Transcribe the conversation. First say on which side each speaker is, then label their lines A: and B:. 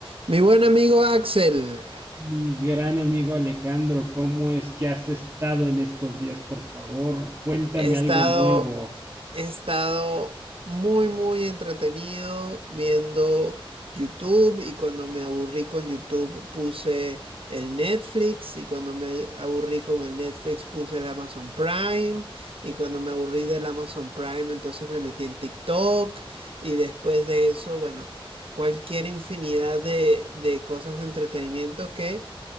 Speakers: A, on the right; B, on the right.
A: Mi buen amigo Axel,
B: Mi gran amigo Alejandro, ¿cómo es que has estado en estos días? Por favor, cuéntame
A: he estado,
B: algo nuevo.
A: he estado muy, muy entretenido viendo YouTube y cuando me aburrí con YouTube puse el Netflix y cuando me aburrí con el Netflix puse el Amazon Prime y cuando me aburrí del Amazon Prime entonces me metí en TikTok y después de eso, bueno, cualquier infinidad de, de cosas de entretenimiento que